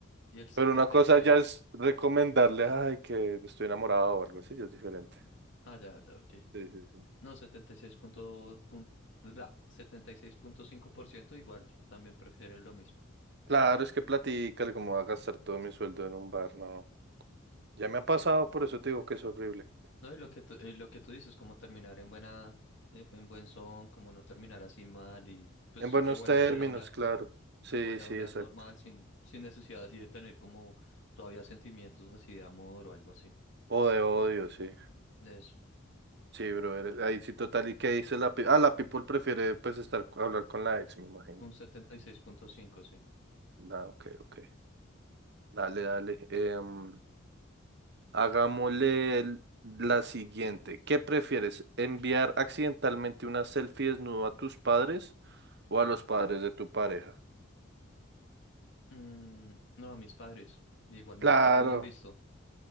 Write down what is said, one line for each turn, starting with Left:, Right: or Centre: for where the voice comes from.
Left: Y el setenta
Right: Pero una cosa
Left: y seis.
Right: ya es recomendarle, ay, que estoy enamorado o algo así, ya es diferente.
Left: Ah, ya, ya, ok.
Right: Sí, sí, sí.
Left: No, setenta y seis punto, pun- bla, setenta y seis punto cinco por ciento igual también prefiere lo mismo.
Right: Claro, es que platícale cómo va a gastar todo mi sueldo en un bar, no. Ya me ha pasado, por eso te digo que es horrible.
Left: No, y lo que tú, y lo que tú dices, como terminar en buena, en, en buen son, como no terminar así mal y pues
Right: En buenos
Left: qué bueno
Right: términos,
Left: poder hablar,
Right: claro. Sí,
Left: poder
Right: sí,
Left: hablar
Right: exacto.
Left: normal sin, sin necesidad así de tener como todavía sentimientos así de amor o algo así.
Right: O de odio, sí.
Left: Eso,
Right: Sí, brother. Ahí sí, total. ¿Y qué dice la pi- Ah, la people prefiere, pues, estar, hablar con la ex, me imagino.
Left: un setenta y seis punto cinco sí.
Right: Ah, ok, ok. Dale, dale. Em, hagámosle el- la siguiente. ¿Qué prefieres? ¿Enviar accidentalmente una selfie desnudo a tus padres o a los padres de tu pareja?
Left: Mm, no, a mis padres, igualmente
Right: Claro.
Left: ya me han visto,